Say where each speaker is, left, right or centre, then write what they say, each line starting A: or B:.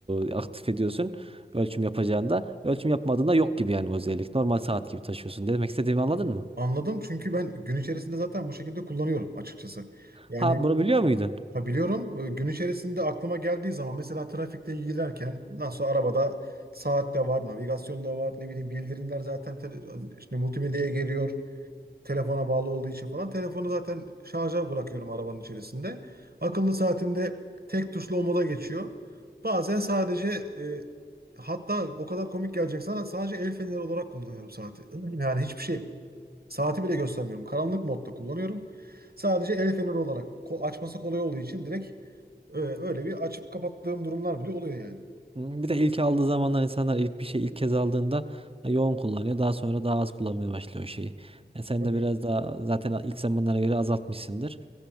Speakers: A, on the right (about 30°); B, on the right (about 60°).
A: e, aktif ediyorsun ölçüm yapacağında. Ölçüm yapmadığında yok gibi yani o özellik. Normal saat gibi taşıyorsun. Demek istediğimi anladın mı?
B: Anladım çünkü ben gün içerisinde zaten bu şekilde kullanıyorum açıkçası. Yani
A: Ha bunu biliyor muydun?
B: Ha, biliyorum. E, Gün içerisinde aklıma geldiği zaman mesela trafikte giderken nasıl arabada saat de var, navigasyon da var, ne bileyim bildirimler zaten tele- işte multimedyaya geliyor. Telefona bağlı olduğu için falan. Telefonu zaten şarja bırakıyorum arabanın içerisinde. Akıllı saatimde tek tuşlu o moda geçiyor. Bazen sadece e, hatta o kadar komik gelecek sana sadece el feneri olarak kullanıyorum saati. <clears throat> Yani hiçbir şey. Saati bile göstermiyorum. Karanlık modda kullanıyorum. Sadece el feneri olarak ko- açması kolay olduğu için direkt Öyle, öyle bir açıp kapattığım durumlar bile oluyor yani.
A: Hı, Bir de ilk aldığı zamanlar insanlar ilk bir şey ilk kez aldığında e, yoğun kullanıyor. Daha sonra daha az kullanmaya başlıyor o şeyi. E, sen
B: Böyle
A: de biraz daha zaten ilk zamanlara göre azaltmışsındır.